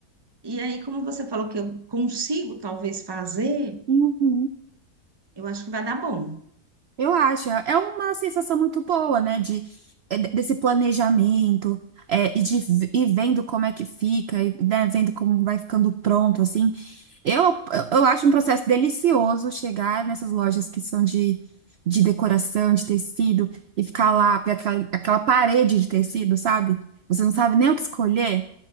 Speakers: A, on the right; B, on the right.
A: E aí, como você falou que eu consigo talvez fazer,
B: Uhum.
A: eu acho que vai dar bom.
B: Eu acho. É uma sensação muito boa, né? De, é, de- desse planejamento, é, e de v- e vendo como é que fica, e, né, vendo como vai ficando pronto, assim. Eu, eu acho um processo delicioso chegar nessas lojas que são de, de decoração, de tecido, e ficar lá, ver aquela, aquela parede de tecido, sabe? Você não sabe nem o que escolher.